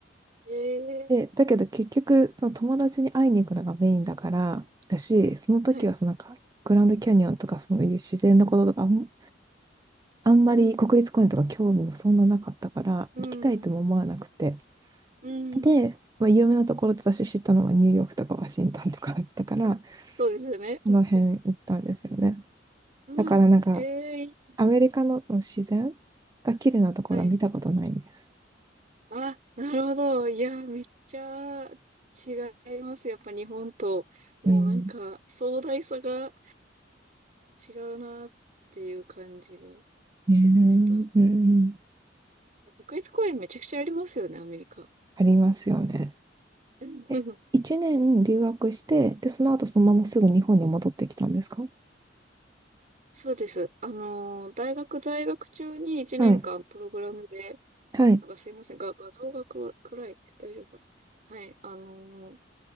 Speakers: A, on the right (about 45°); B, on the right (about 20°).
A: えー
B: で、だけど結局、その友達に会いに行くのがメインだから、だし、その時はそのなんか、
A: はい。
B: グランドキャニオンとかそういう自然のこととかあん、あんまり国立公園とか興味もそんななかったから、
A: うん。うん。
B: 行きたいとも思わなくて。
A: うん。うん
B: で、まあ、有名なところで私知ったのはニューヨークとかワシントンとかだったから、
A: あそうですよね。
B: この辺行ったんですよね。
A: うん。うん。
B: だからなんか、
A: うんええ
B: アメリカのその自然が綺麗なところは見たことないんです。
A: はい。あ、なるほど。いや、めっちゃ違います。やっぱ日本と、もうなんか壮大さが
B: うん。
A: 違うなっていう感じがしました。
B: ねえうんうん。
A: 国立公園めちゃくちゃありますよね、アメリカ。
B: ありますよね。
A: <laughs>
B: え、一年留学して、で、その後そのまますぐ日本に戻ってきたんですか
A: そうです。あのー大学在学中に1年間プログラムで、
B: はい。はい。
A: なんかすいません、画、画像が暗暗い。大丈夫かなはい。あの